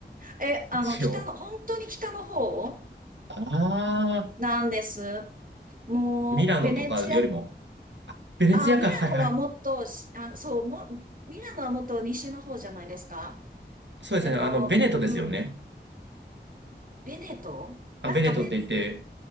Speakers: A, on the right; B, on the right.
A: え、あの、
B: 一応。
A: 北の、本当に北の方
B: ああ
A: なんです。もう、
B: ミラノとかよりも、
A: ベネチア、
B: ベネツィアか、
A: あー、ミラノはもっとし、
B: はいはい。
A: あ、そう、も、ミラノはもっと西の方じゃないですか。
B: そうですね、
A: あの、
B: あの、ベネトですよね。
A: うん。ベネトなんかベネ、
B: あ、ベネトって言って、